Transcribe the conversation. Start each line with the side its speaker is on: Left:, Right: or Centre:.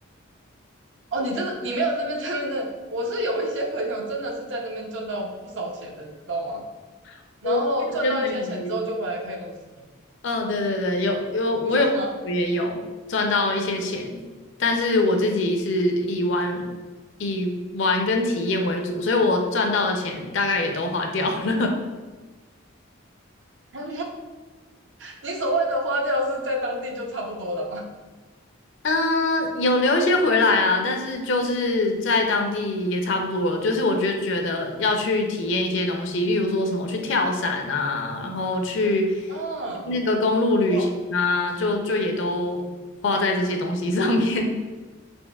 Right: 哦，你这个你没有这边在那我是有一些朋友真的是在那边赚到不少钱的，你知道吗？
Left: <laughs>
Right: 然后赚到一些钱之后就回来开公司的
Left: 我这些朋友也嗯，对对对，有有，我有我也有赚到一些钱，
Right: 你说什么？
Left: 但是我自己是以玩以玩跟体验为主，所以我赚到的钱大概也都花掉了。
Right: <laughs> 他你所谓的花掉是在当地就差不多了吗？
Left: <laughs> 嗯，有留一些回来啦，但是就是在当地也差不多了。就是我觉得觉得要去体验一些东西，例如说什么去跳伞啊，然后去
Right: 嗯，
Left: 那个公路旅行啊，
Right: 哇
Left: 就就也都花在这些东西上面。